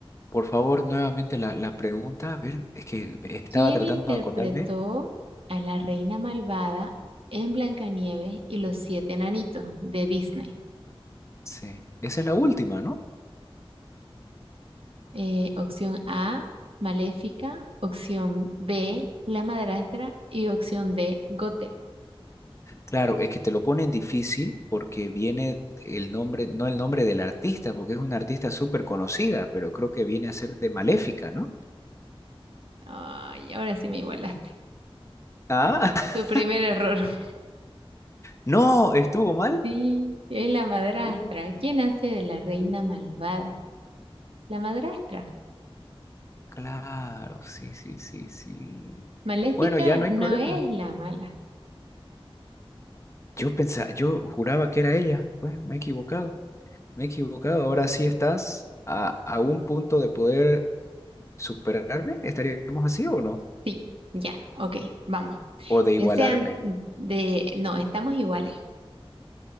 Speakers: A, on the left; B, on the right.
A: Por favor, nuevamente la, la pregunta. A ver, es que estaba
B: ¿Quién
A: tratando
B: interpretó
A: de acordarme.
B: a la reina malvada en Blancanieves y los siete enanitos de Disney?
A: Sí, esa es la última, ¿no?
B: Eh, opción A, Maléfica. Opción B, La madrastra. Y opción D, Gothel.
A: Claro, es que te lo ponen difícil porque viene el nombre, no el nombre del artista, porque es una artista súper conocida, pero creo que viene a ser de Maléfica, ¿no?
B: Ay, ahora sí me igualaste.
A: Ah,
B: Tu
A: <laughs>
B: primer error. <laughs>
A: no, estuvo mal.
B: Sí, es la madrastra.
A: Uh,
B: ¿Quién hace de la reina
A: uh.
B: malvada? La madrastra.
A: Claro, sí, sí, sí, sí.
B: Maléfica
A: Bueno, ya no
B: no
A: hay problema.
B: es la mala.
A: Yo pensaba, yo juraba que era ella. Bueno, me he equivocado, me he equivocado. Ahora sí estás a, a un punto de poder superarme. ¿Estaríamos así o no?
B: Sí, ya, ok, vamos.
A: O de
B: Que
A: igualarme.
B: sean de... No, estamos iguales,